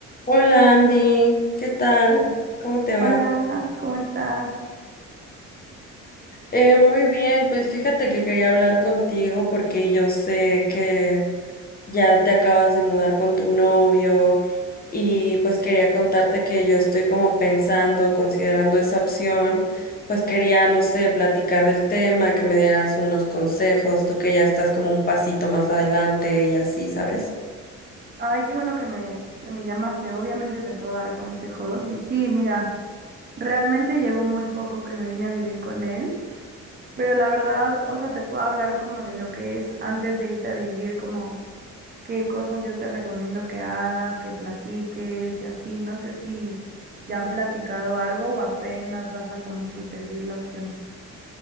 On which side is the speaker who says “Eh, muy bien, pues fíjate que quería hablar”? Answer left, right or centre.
Left